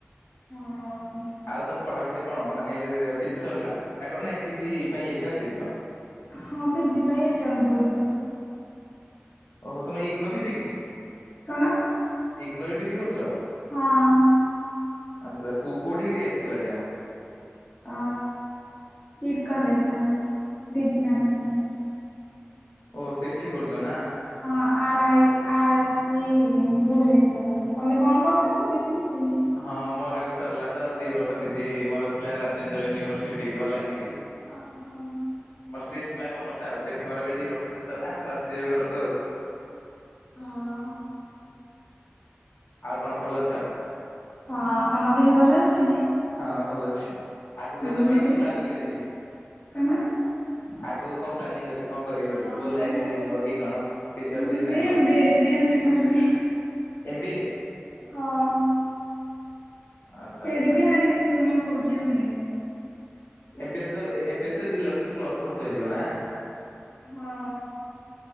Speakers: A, on the left; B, on the left.
A: ହଁ
B: ଆଉ ତମ ପଢାପଢି କଣ ମାନେ ଏବେ ପିଜି ସରିଲା ନା କଣ ନାଇଁ ପିଜି ପାଇଁ ଏକ୍ଜାମ ଦେଇଛ।
A: ହଁ ପିଜି ପାଇଁ ଏକ୍ସଜାମ ଦଉଛି।
B: ଓହୋ ତମେ ଇଗ୍ନୋ
A: ଆଉ
B: ପିଜି କି
A: କଣ
B: ଇଗ୍ନୋ ରେ ପିଜି କରୁଛ।
A: ହଁ।
B: ଆଚ୍ଛା କୋଉ କୋଉଠିକି ଦେଇ ଆସିଥିଲ ଏକ୍ସଜାମ।
A: ଅ କିଟ କଲେଜ ର ଡିଜନାଲସନ
B: ଓ ସେଠି କରୁଛ ନା।
A: ହଁ ଆର ଆଇ ଆ ରା ସି ଭୁବନେଶ୍ଵର ତମେ କଣ କରୁଛ କି ପିଜି ବିଜି।
B: ହଁ ମୋର ବି ସରିଲା ତ ଆଉ ଦି ବର୍ଷ ପିଜି ମୋର ଥିଲା ରାଜେନ୍ଦ୍ର ୟୁନିଭରସିଟି ବଲାଙ୍ଗୀରି।
A: ଓହୋ।
B: ମୋର ଷ୍ଟ୍ରିମ ଥିଲା କମର୍ସ ଆଉ ସେଠି ମର ଏବେ ଦି ବର୍ଷ ଶେଷ ହେଲା ତ ଆସିଯିବି ଘରକୁ ଆଉ।
A: ହଁ।
B: ଆଉ କଣ ଭଲ ଅଛ?
A: ହଁ ତମ ଦେହ ଭଲ ଅଛି?
B: ହଁ ଭଲ ଅଛି ଆଗକୁ
A: ହାମିଲି
B: ତମର
A: ଦେହ
B: କଣ ପ୍ଲାନିଂ ଅଛି।
A: କଣ?
B: ଆଗକୁ କଣ ପ୍ଲାନିଂ ଅଛି? କଣ କରିବ
A: ହଁ
B: ବୋଲି କୋଉ ଲାଇନରେ
A: ମୁଁ
B: ଯିବ କି କଣ ଟିଚରସିପ୍
A: ଭାବିଲି
B: ନା କଣ?
A: ଏମ ବି ଏ ବି ଆହୁରି କରିବି।
B: M B A.
A: ହଁ।
B: ଆଚ୍ଛା ଆଚ୍ଛା।
A: ଏଠି ବି ହାଡି ଭିଷଣ କରୁଚନ୍ତି ଏମି
B: ଏମିବିଏ ରେ ତ ଏମିବିଏ ରେ ତ ଦି ଲକ୍ଷ ପ୍ଲସ ଖର୍ଚ୍ଚ ହେଇଯିବ ନା।
A: ହଁ।